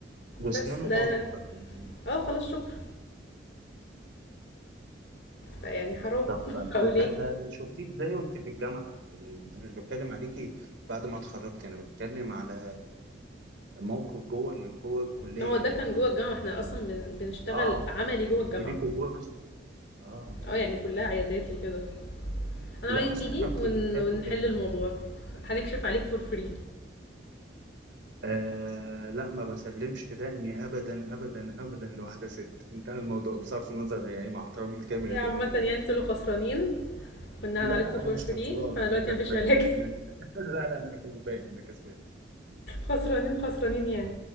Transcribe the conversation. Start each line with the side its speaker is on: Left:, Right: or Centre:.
Right: واسنانه
Left: بس ده
Right: باظت بقى يعني
Left: اه خلاص شكرا فيعني حرام
Right: طب
Left: <laughs>
Right: ده
Left: هقول
Right: ده
Left: ايه
Right: ده شفتيه ازاي وانت في الجامعه يعني انا مش بتكلم عليكي بعد ما اتخرجت انا بتكلم على موقف جوه ال- جوه الكليه
Left: ان هو ده
Right: يعني
Left: كان
Right: وانت
Left: جوه الجامعه
Right: وانت
Left: احنا
Right: بت-
Left: اصلا بن- بنشتغل
Right: اه
Left: عملي جوه
Right: انتوا
Left: الجامعه
Right: ليكوا جزء اه تمام
Left: اه يعني كلها
Right: تمام
Left: عيادات وكده انا
Right: لا
Left: رايي
Right: اصل
Left: تيجي
Right: احنا بروجكتات
Left: ون... ونحل
Right: وكده
Left: الموضوع هنكشف عليك فور فري
Right: آه لا ما بسلمش دقني ابدا ابدا ابدا لواحده ست انتهى الموضوع بصرف النظر هي ايه مع احترامي الكامل
Left: عامه
Right: يا دكتور
Left: يعني
Right: يعني
Left: انتوا اللي خسرانين كنا
Right: لا
Left: عليكم
Right: لا
Left: فور
Right: انا مش
Left: فري
Right: خسران
Left: انا
Right: انا
Left: دلوقتي
Right: كسبان
Left: مفيش علاج <laughs>
Right: انا <laughs> لا لا انا كسبان انا كسبان
Left: خسرانين خسرانين يعني